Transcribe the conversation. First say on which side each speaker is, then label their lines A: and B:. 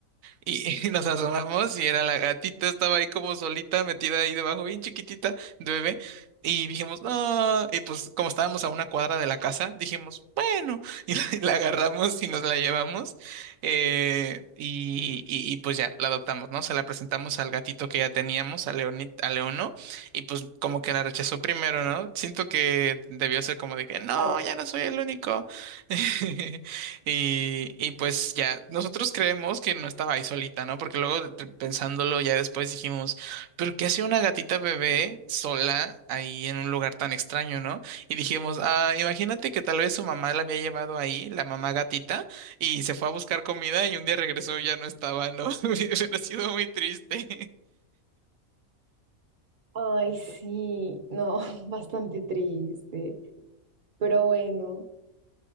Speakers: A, on the right; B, on the right.
A: y, <laughs> y nos asomamos y era la gatita, estaba ahí como solita, metida ahí debajo, bien chiquitita, de bebé. Y dijimos, no, y pues como estábamos a una cuadra de la casa, dijimos, bueno, <laughs> y la, la agarramos y nos la llevamos. eh, y, y- y, pues ya, la adoptamos, ¿no? Se la presentamos al gatito que ya teníamos, a Leoni- a Leono, y pues como que la rechazó primero, ¿no? Siento que debió ser como de que, no,
B: Claro.
A: ya no soy el único. <laughs> Y, y pues ya, nosotros creemos que no estaba ahí solita, ¿no? Porque luego re- pensándolo ya después dijimos, ¿pero qué hace una gatita bebé sola ahí en un lugar tan extraño, ¿no? Y dijimos, ah, imagínate que tal vez su mamá la había llevado ahí, la mamá gatita, y se fue a buscar comida y un día regresó y ya no estaba, ¿no? <laughs> Hubiera sido muy triste.
B: Ay, sí, no, <laughs> bastante triste, pero bueno,